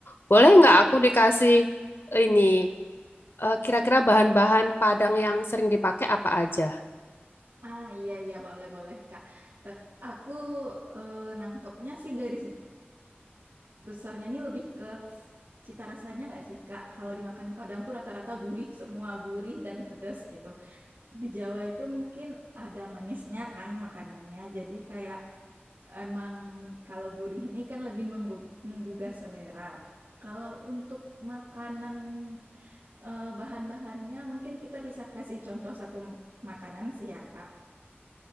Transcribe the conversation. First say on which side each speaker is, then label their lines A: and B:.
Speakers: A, on the left; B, on the right.
A: Boleh nggak aku dikasih ini eh, kira-kira bahan-bahan Padang yang sering dipakai apa aja?
B: ah, iya iya boleh boleh Kak. Tapi Aku eh, nangkepnya sih garis besarnya ini lebih ke cita rasanya nggak sih Kak? Kalau di makanan Padang tuh rata-rata gurih, semua gurih dan pedas gitu. Di Jawa itu mungkin ada manisnya kan makanannya. Jadi kayak emang kalau gurih ini kan lebih menggu- menggugah selera. Kalau untuk makanan eh, bahan-bahannya mungkin kita bisa kasih contoh satu m- makanan sih ya Kak.